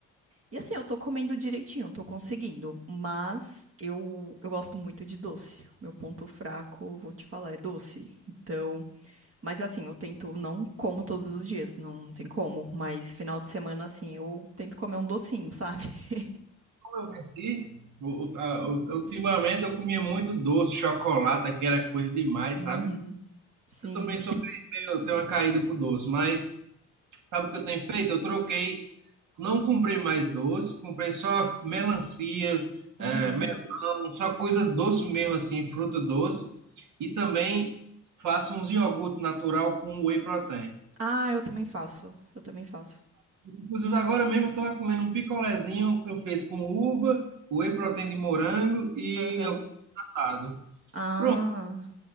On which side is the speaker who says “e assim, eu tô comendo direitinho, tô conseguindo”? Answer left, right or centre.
Right